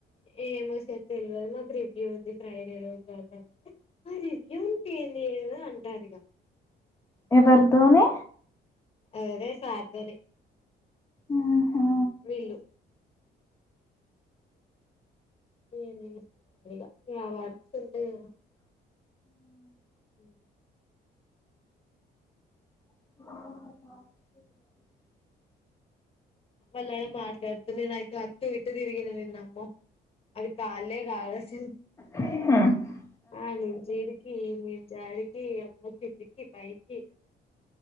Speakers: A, on the left; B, on the left.
A: ఏమో సార్ తెల్వదు మాకు రివ్యూ ఉంది ఫ్రైడే రోజు వెళ్దనంటే ఆ రివ్యూ ఉంటే ఏం లేద అంటారు ఇగ
B: ఎవర్తోని
A: అదే సార్తోని
B: ఆహా
A: వీళ్ళు <unintelligible> హ
B: ఆ
A: మళ్ళ మాట్లాడ్ నేనైతే అటు ఇటు తిరిగిన నిన్న అమ్మ అవి కాలే గాదసలు
B: మ్
A: అడ్నించీడికి ఇడ్నించి ఆడికి అమ్మ కిందికి పైకి